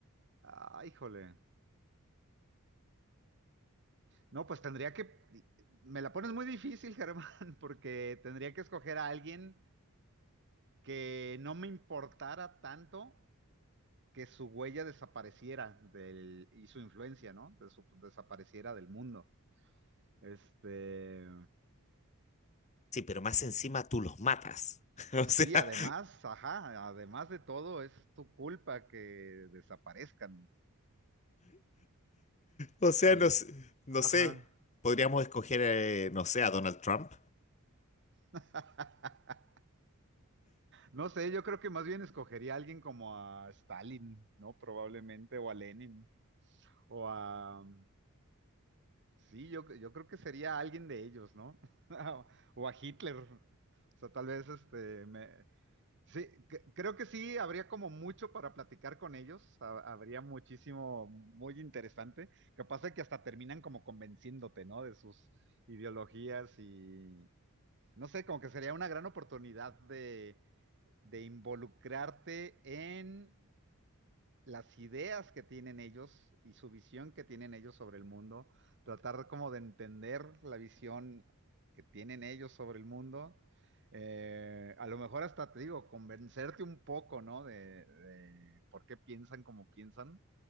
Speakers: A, on the right (about 55°); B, on the left (about 30°).
A: Ah, híjole. No, pues tendría que... Me la pones muy difícil, <laughs> Germán, porque tendría que escoger a alguien que no me importara tanto que su huella desapareciera del, y su influencia, ¿no? De su, desapareciera del mundo. Este,
B: Sí, pero más encima tú los matas. <laughs> O
A: sí,
B: sea,
A: además, ajá, además de todo, es tu culpa que desaparezcan.
B: o
A: Híjole,
B: sea, no, sé- no
A: Ajá.
B: sé. Podríamos escoger, eh, no sé, a Donald Trump.
A: <laughs> No sé, yo creo que más bien escogería a alguien como a Stalin, ¿no? Probablemente, o a Lenin, o a... Sí, yo, yo creo que sería alguien de ellos, ¿no? <laughs> O a Hitler. O sea, tal vez este, me, Sí, cre- creo que sí, habría como mucho para platicar con ellos, ha- habría muchísimo muy interesante, capaz de que hasta terminan como convenciéndote, ¿no? De sus ideologías y, no sé, como que sería una gran oportunidad de, de involucrarte en las ideas que tienen ellos y su visión que tienen ellos sobre el mundo, tratar como de entender la visión que tienen ellos sobre el mundo, eh, a lo mejor hasta te digo, convencerte un poco, ¿no? De, de por qué piensan como piensan,